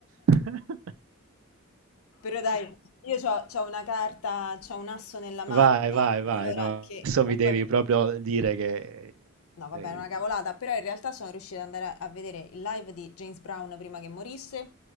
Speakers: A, on the right (about 70°); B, on the left (about 80°).
A: <laughs>
B: Però dai, io c'ho, c'ho una carta, c'ho un asso nella manica,
A: Vai, vai, vai,
B: allora
A: no,
B: che...
A: adesso
B: ma
A: mi devi
B: poi-
A: proprio dire che...
B: No, vabbè,
A: sei-
B: è una cavolata, però in realtà sono riuscita ad andare a, a vedere il live di James Brown prima che morisse